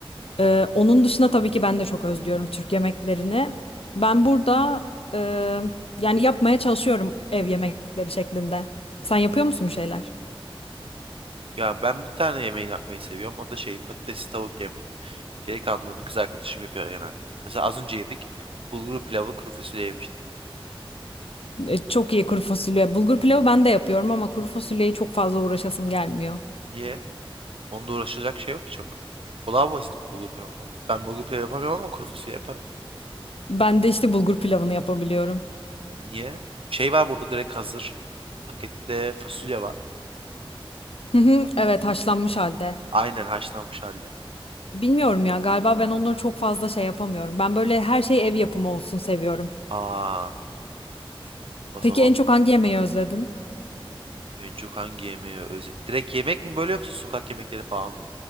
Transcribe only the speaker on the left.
Ee, onun dışında tabii ki ben de çok özlüyorum Türk yemeklerini. Ben burada e, yani yapmaya çalışıyorum ev yemekleri şeklinde. Sen yapıyor musun bir şeyler?
E, çok iyi kuru fasulye. Bulgur pilavı ben de yapıyorum ama kuru fasulyeyi çok fazla uğraşasım gelmiyor.
Ben de işte bulgur pilavını yapabiliyorum.
Hı hı, Evet haşlanmış halde.
Bilmiyorum ya galiba ben onları çok fazla şey yapamıyorum. Ben böyle her şey ev yapımı olsun seviyorum.
Peki
en çok hangi
yemeği
özledin?